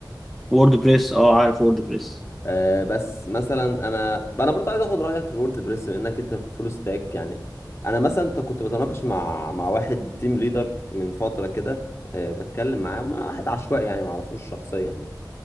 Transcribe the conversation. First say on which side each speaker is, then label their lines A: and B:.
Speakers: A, in the centre; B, on the left.
A: وورد بريس اه عارف وورد بريس
B: آه، بس مثلا انا انا برضو عايز اخد رايك في الوورد بريس بما انك انت فول ستاك يعني انا مثلا انت كنت بتناقش مع مع واحد تيم ليدر من فتره كده آه، بتكلم معاه مع واحد عشوائي يعني ما اعرفوش شخصيا يعني